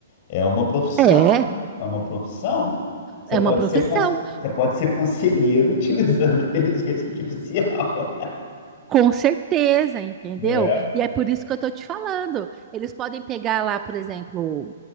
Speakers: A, on the left; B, on the right.
A: É uma profissão,
B: é,
A: né? É uma profissão. Você
B: é
A: pode
B: uma profissão.
A: ser, cons- você pode ser conselheiro <laughs> utilizando a inteligência artificial,
B: Com certeza, entendeu?
A: né?
B: E é por isso que eu estou te falando. Eles podem pegar lá, por exemplo,